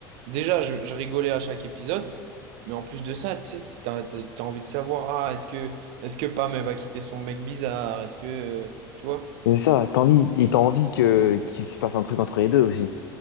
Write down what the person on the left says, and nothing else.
C'est ça, t'as envie, et t'as envie que qu'il se passe un truc entre les deux aussi.